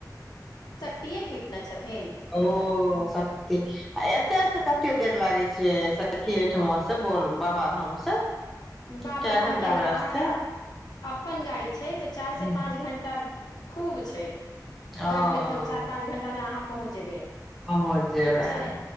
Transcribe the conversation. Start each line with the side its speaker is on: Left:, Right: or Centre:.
Left: एतय पीटने छथिन
Centre: ओ सक्ती आ एतय से कते देर लागै छै सखी ओहिठमा से बो बाबाधाम से
Left: बाबाधाम
Centre: कै घंटा
Left: के अगर
Centre: रास्ता
Left: अहाँके अपन गाड़ी छै तऽ चारि से
Centre: छै
Left: पाँच घण्टा खूब छै
Centre: ओ
Left: बड भेल तऽ चारि पाँच घं्टामे अहाँ पहुँच जेबै
Centre: ओ जेबए
Left: ठीक छै